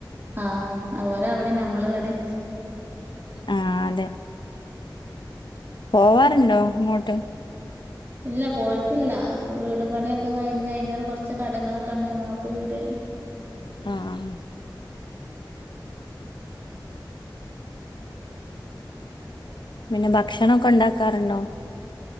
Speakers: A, on the right (about 30°); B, on the left (about 75°).
A: ആഹ ഓര അവിടെ നമ്മൾ ഇവിടെ
B: ആഹ അതെ പോവാറുണ്ടോ അങ്ങോട്ട്
A: ഇല്ല പോയിട്ടില്ല ഇപ്പൊ വീട് പണിയൊക്കെ കഴിഞ്ഞഞ് അതിറ കുറച്ച് കടങ്ങളൊക്കെ ഉണ്ടായിരുന്നു നക്ക് വീട്
B: ആഹ പിന്നെ ഭക്ഷണൊക്കെ ഉണ്ടാക്കാറുണ്ടോ